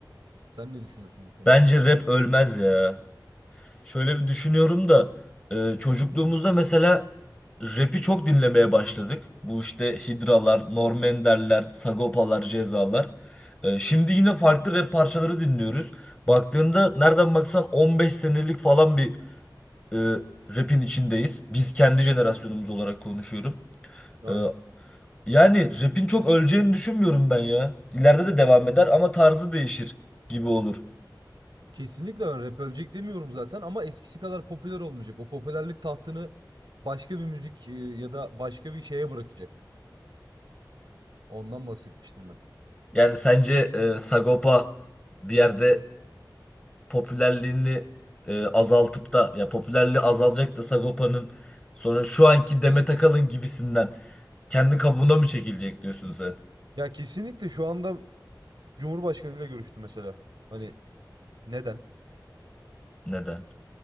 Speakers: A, on the right (about 70°); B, on the left (about 15°).
A: Sen ne düşünüyorsun bu konuda?
B: Bence rap ölmez ya. Şöyle bir düşünüyorum da e, çocukluğumuzda mesela rap'i çok dinlemeye başladık. Bu işte Hidralar, Norm Ender'ler, Sagopalar, Cezalar. E, şimdi yine farklı rap parçaları dinliyoruz. Baktığında nereden baksan 15 senelik falan bir e, rap'in içindeyiz. Biz kendi jenerasyonumuz olarak konuşuyorum.
A: Aynen.
B: E, Yani rap'in çok öleceğini düşünmüyorum ben ya. İleride de devam
A: Ya,
B: eder ama tarzı değişir gibi olur.
A: kesinlikle ben rap ölecek demiyorum zaten ama eskisi kadar popüler olmayacak. O popülerlik tahtını başka bir müzik e, ya da başka bir şeye bırakacak. Ondan bahsetmiştim ben.
B: Yani sence e, Sagopa bir yerde popülerliğini e, azaltıp da ya popülerliği azalacak da Sagopa'nın sonra şu anki Demet Akalın gibisinden kendi kabuğuna mı çekilecek diyorsun sen?
A: Ya kesinlikle şu anda Cumhurbaşkanıyla görüştü mesela. Hani neden?
B: Neden?